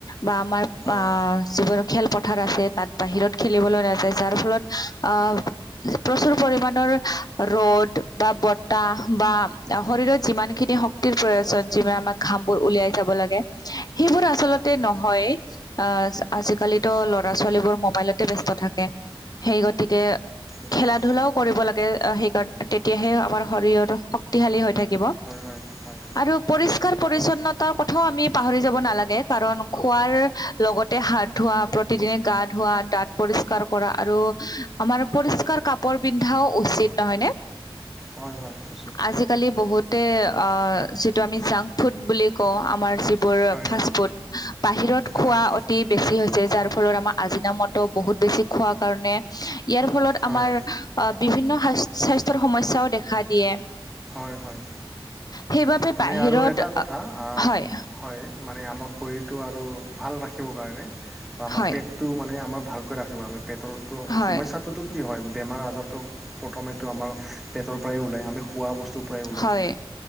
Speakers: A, on the left; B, in the centre.
A: বা আমাৰ আহ
B: আ যিবোৰ
A: যিবোৰ খেলপথাৰ আছে তাত বাহিৰত খেলিবলৈ নাযায় যাৰ ফলত। আহ প্ৰচুৰ পৰিমাণৰ ৰ'দ বা বতাহ বা শৰীৰত যিমান খিনি প্ৰয়োজন যি বোৰে আমাৰ ঘাম বোৰ উলিয়াই যাব লাগে সেইবোৰ আচলতে নহয়। আহ আজিকালিটো ল'ৰা ছোৱালীবোৰ মোবাইলতে ব্যস্ত থাকে সেই গতিকে।
B: নহয়ে
A: খেলা
B: গতিকে
A: ধূলাও কৰিব লাগে আমি। তেতিয়াহে আমাৰ শৰীৰৰ শক্তিশালী হৈ থাকিব।
B: হয় হয়
A: আৰু পৰিষ্কাৰ পৰিচ্ছন্নতাৰ কথাও আমি পাহৰি যাব নালাগে কাৰণ খোৱাৰ। লগতে হাত ধোৱা প্ৰতিদিনে গা ধোৱা দাঁত পৰিষ্কাৰ কৰা আৰু আমা পৰিষ্কাৰ কাপোৰ পিন্ধাও উচিত নহয় নে
B: হয় হয় উচিত
A: আজিকালি আজিকালি বহুতে যিটো আমি জাংক ফুড বুলি কওঁ আমাৰ যিবোৰ
B: হয়
A: ফাষ্ট ফুড। বাহিৰত খোৱা
B: হয়
A: অতি বেছি হৈছে যাৰ ফলত আমাৰ আজিনা মত বহুত বেছি খোৱা কাৰণে ইয়াৰ ফলত
B: হয়।
A: আমাৰ বিভিন্ন সা স্বাস্থ্যৰ সমস্যাও দেখা দিয়ে।
B: হয় হয়
A: সেইবাবে
B: মানে
A: বাহিৰত
B: আৰু এটা কথা
A: আ-
B: আহ
A: হয়
B: হয় মানে আমাৰ শৰীৰটো আৰু ভাল ৰাখিবৰ কাৰণে বা আমাৰ
A: হয়
B: পেট টো মানে আমাৰ ভালকৈ ৰাখিব আমাৰ পেটৰটো
A: হয়
B: সমান তো কি হয় বেমাৰ আজাৰটো প্ৰথমেতো আমাৰ পেটৰ পৰাই ওলায় আমি খোৱা বস্তু। পেটৰ পৰাই ওলাই
A: হয়